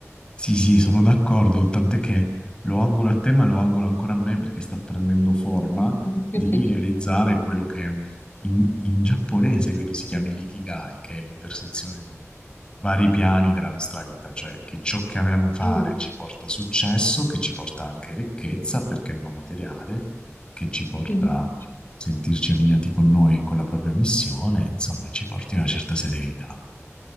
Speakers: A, on the left; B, on the left.
A: Sì, sì, sono d'accordo, tant'è che lo auguro a te, ma lo auguro ancora a me perché sta prendendo forma
B: <laughs>
A: di realizzare quello che in, in giapponese credo si chiami l'ikigai, che è l'intersezione di vari piani della nostra vita, cioè che ciò che amiamo fare
B: Mm.
A: ci porta successo, che ci porta anche ricchezza, perché no materiale, che ci porta
B: Mhm.
A: a sentirci allineati con noi e con la propria missione, insomma, ci porti una certa serenità.